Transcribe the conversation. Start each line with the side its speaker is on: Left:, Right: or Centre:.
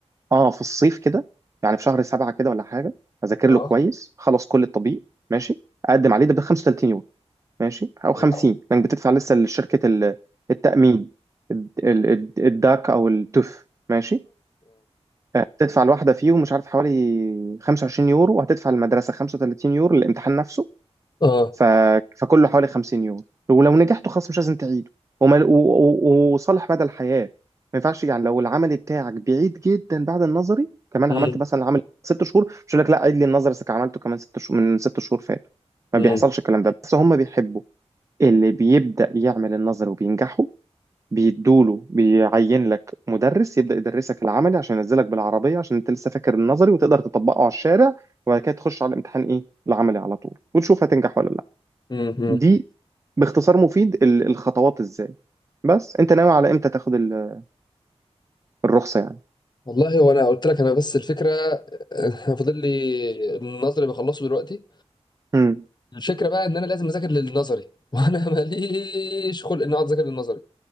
Right: اه في الصيف كده يعني في شهر سبعة كده ولا حاجة أذاكر
Left: اه
Right: له كويس خلص كل الطبيب ماشي أقدم عليه ده ب 35 يوم ماشي أو 50
Left: اه
Right: لأنك بتدفع لسه لشركة ال- التأمين الد- ال- الد- الداك أو التوف ماشي هتدفع الواحدة فيهم مش عارف حوالي 25 يورو وهتدفع المدرسة 35 يورو للامتحان نفسه
Left: اه
Right: ف... فكله حوالي 50 يورو ولو نجحته خلاص مش لازم تعيده وما... و... و... وصالح مدى الحياة ما ينفعش يعني لو العملي بتاعك بعيد جدا بعد النظري كمان
Left: امم
Right: عملت مثلا العملي ست شهور مش هيقول لك لا عيد لي النظري بس عملته كمان ست شهور من ست شهور فاتوا
Left: امم
Right: ما بيحصلش الكلام ده بس هم بيحبوا اللي بيبدأ يعمل النظري وبينجحوا بيدوله بيعين لك مدرس يبدأ يدرسك العملي عشان ينزلك بالعربية عشان انت لسه فاكر النظري وتقدر تطبقه على الشارع وبعد كده تخش على الامتحان ايه العملي على طول وتشوف هتنجح ولا لا
Left: امم
Right: دي باختصار مفيد ال- الخطوات ازاي بس انت ناوي على امتى تاخد ال- الرخصة يعني
Left: والله وانا قلت لك انا بس الفكره <laughs> فاضل لي النظري بخلصه دلوقتي
Right: امم
Left: الفكره بقى ان انا لازم اذاكر للنظري <laughs> وانا ماليش خلق ان اقعد اذاكر للنظري